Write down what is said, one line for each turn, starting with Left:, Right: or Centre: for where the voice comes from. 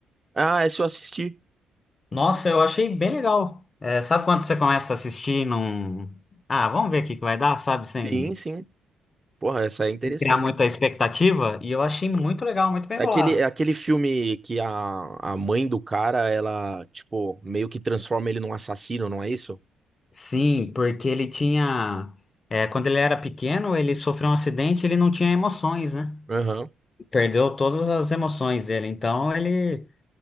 Right: Ah, é só assistir.
Left: Nossa, eu achei bem legal. É, sabe quando você começa a assistir num. Ah, vamos ver o que que vai dar, sabe? Sem
Right: Sim, sim. Porra, essa é interessante.
Left: criar muita expectativa. E eu achei muito legal, muito bem
Right: É
Left: bolado.
Right: Aquele, é aquele filme que a, a mãe do cara, ela, tipo, meio que transforma ele num assassino, não é isso?
Left: Sim, porque ele tinha. é, quando ele era pequeno, ele sofreu um acidente, ele não tinha emoções, né?
Right: Aham.
Left: Perdeu todas as emoções dele. Então ele.